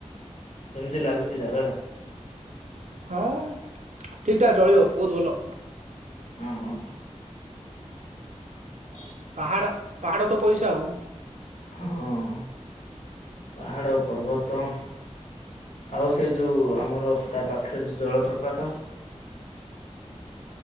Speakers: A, on the left; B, on the right.
A: କେମିତି ଲାଗୁଛି ଜାଗା ଟା?
B: ହଁ ଠିକଠାକ୍ ଚଳିବ ବହୁତ ଭଲ।
A: ଅଁ ହଁ। <inaudible>
B: ପାହାଡ଼ ପାହାଡ଼ ତ ପଇସା ଆଉ।
A: ହଁ ପାହାଡ଼, ପର୍ବତ ଆଉ ସେ ଯୋଉ ଆମର ତା ପାଖରେ ଯୋଉ ଜଳପ୍ରପାତ?